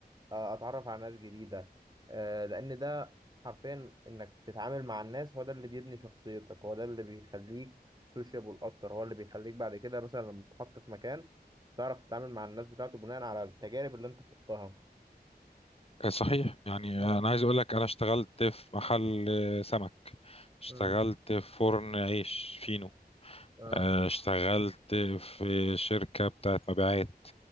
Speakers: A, on the right; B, on the left.
A: آه، اتعرف على ناس جديده آه، لان ده حرفيا انك تتعامل مع الناس هو ده اللي بيبني شخصيتك هو ده اللي بيخليك سوشيبل اكتر هو اللي بيخليك بعد كده مثلا لما تتحط في مكان تعرف تتعامل مع الناس بتاعته بناء على التجارب اللي انت خضتها
B: آه، صحيح يعني
A: مم.
B: أنا عايز أقول لك أنا اشتغلت في محل آه، سمك اشتغلت
A: مم.
B: في فرن عيش فينو
A: آه.
B: آه، اشتغلت في شركة بتاعت مبيعات